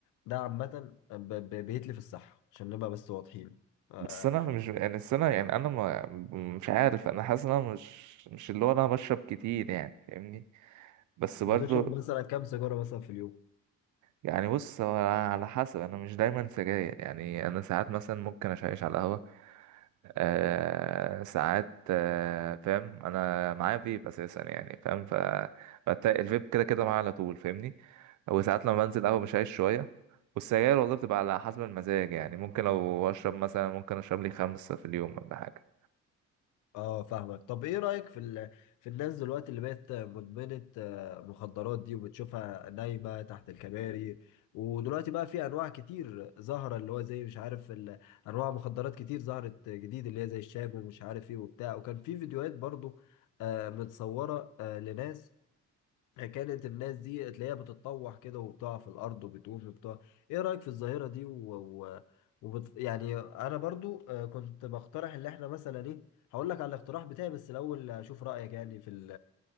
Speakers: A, on the left; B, on the right.
A: ده عامة ب- ب- بيتلف الصحة عشان نبقى بس واضحين آه،
B: بس انا مش يعني السنه يعني انا ما مش عارف انا حاسس ان انا مش مش اللي هو انا بشرب كتير يعني فاهمني بس برضو
A: بتشرب مثلا كام سيجارة مثلا في اليوم
B: يعني بص هو على حسب انا مش دايما سجاير يعني انا ساعات مثلا ممكن اشيش على القهوة آه ساعات آه فاهم انا معايا فيب اساسا يعني فاهم ف فبتلاقي الفيب كده كده معايا على طول فاهمني وساعات لما بنزل قهوة بشيش شوية والسجاير والله بتبقى على حسب المزاج يعني ممكن لو اشرب مثلا ممكن اشرب لي خمسة في اليوم ولا حاجة
A: اه فاهمك طب ايه رأيك في ال... في الناس دلوقتي اللي بقت مدمنة آه، مخدرات دي وبتشوفها نايمة تحت الكباري ودلوقتي بقى في انواع كتير ظاهرة اللي هو زي مش عارف ال... انواع مخدرات كتير ظهرت جديد اللي هي زي الشاب ومش عارف ايه وبتاع وكان في فيديوهات برضو آه، متصورة آه، لناس كانت الناس دي تلاقيها بتتطوح كده وبتقع في الارض وبتقوم وبتاع ايه رايك في الظاهره دي و... و... وبت... يعني انا برضو آه، كنت بقترح اللي احنا مثلا ايه هقول لك على الاقتراح بتاعي بس الاول اشوف رايك يعني في ال...